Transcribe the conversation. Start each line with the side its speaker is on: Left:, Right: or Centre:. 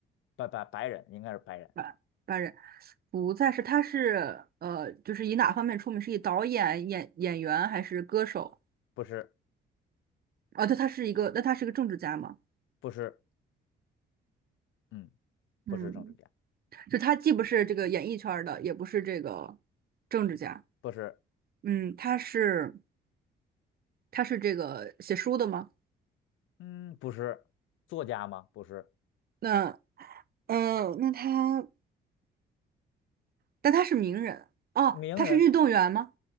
Left: 白白白人应该是白人，
Right: 白白人？不再是，他是呃，就是以哪方面出名？是以导演、演演员还是歌手？
Left: 不是
Right: 哦，对，他是一个，那他是个政治家吗？
Left: 不是，嗯，
Right: 嗯，
Left: 不是政治家，
Right: 就他既不是这个演艺圈儿的，也不是这个政治家。
Left: 嗯，不是，
Right: 嗯，他是他是这个写书的吗？
Left: 嗯，不是作家吗？不是
Right: 那嗯，呃那他但他是名人哦，
Left: 名人
Right: 他是运动员吗？